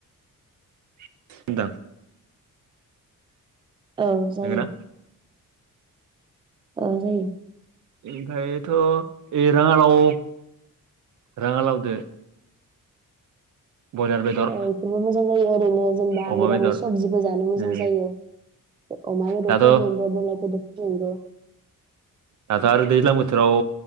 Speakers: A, on the right; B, on the right.
A: <unintelligible>
B: औ जायो।
A: नोंगोना
B: औ जायो।
A: ओमफायथ' ए राङालाव राङालावदो बयलार बेदर
B: ओ इफोरबो मोजां जायो ओरैनो जेनेबा
A: अमा
B: मिरामिस
A: बेदर
B: सबजिबो जानो मोजां
A: उम
B: जायो। ओ अमा बेदरफोरजोंबो
A: दाथ'
B: बयलार बेदर जोंबो।
A: दाथ' आरो दैज्लां बोथोराव